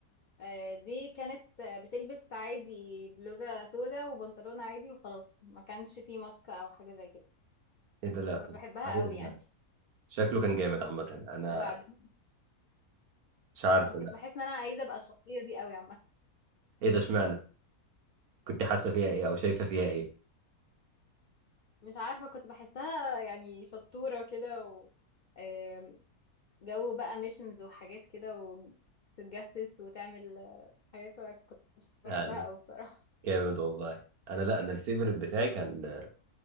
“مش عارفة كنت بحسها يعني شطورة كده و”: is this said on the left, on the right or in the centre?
Left